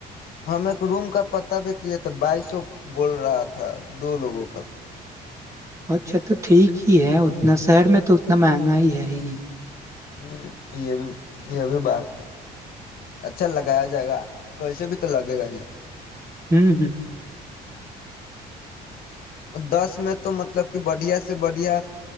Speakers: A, on the left (about 60°); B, on the right (about 15°).
A: ہم ایک روم کا پت بھی کیے تھے بائیسو بول رہا تھا دو لوگوں کا
B: اچھا تو ٹھیک ہی ہے اتنا شہر میں تو اتنا مہنگا ہی ہے یہ
A: ہوں یہ بھی یہ بھی بات ہے اچھا لگایا جائے گا کیسے بھی تو لگے گا ہی
B: ہوں ہوں
A: دس میں تو مطلب کہ بڑھیا سے بڑھیا